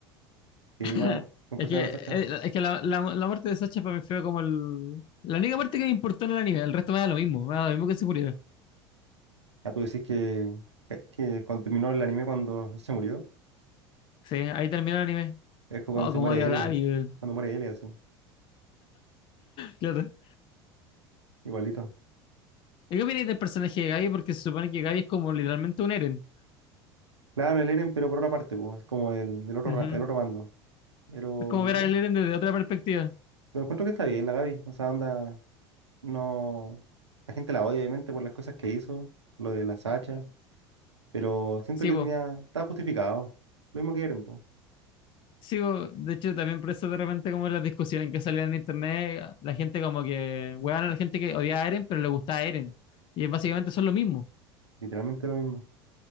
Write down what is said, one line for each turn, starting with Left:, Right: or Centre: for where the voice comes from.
Right: Sí,
Left: <laughs>
Right: buena, buen
Left: Es
Right: personaje
Left: que, eh,
Right: Sacha.
Left: es que la, la, la muerte de Sacha para mí fue como el, la única muerte que me importó en el anime. El resto me da lo mismo, me da lo mismo que se muriera.
Right: Ah, tú decís que, que, que cuando terminó el anime cuando se murió.
Left: Sí, ahí terminó el anime.
Right: Es como
Left: Oh,
Right: cuando se
Left: como
Right: muere
Left: odio
Right: L,
Left: a Gaby, weón.
Right: cuando muere L así,
Left: Claro.
Right: igualito.
Left: ¿Y qué opináis del personaje de Gaby? Porque se supone que Gaby es como literalmente un Eren.
Right: Claro, el Eren, pero por otra parte, pues, es como el, del otro,
Left: Ujú.
Right: ra- el otro bando. Pero,
Left: Es como ver
Right: no
Left: al
Right: sé,
Left: Eren desde otra perspectiva.
Right: lo encuentro que está bien la Gaby, o sea, onda, no, la gente la odia obviamente por las cosas que hizo, lo de las hachas, pero siento
Left: Sí,
Right: que
Left: po.
Right: tenía, estaba justificado, lo mismo que Eren, pues,
Left: Sí, po. De hecho, también por eso de repente como las discusiones que salían en internet, la gente como que huevan a la gente que odiaba a Eren, pero le gustaba a Eren. Y básicamente son lo mismo,
Right: literalmente lo mismo.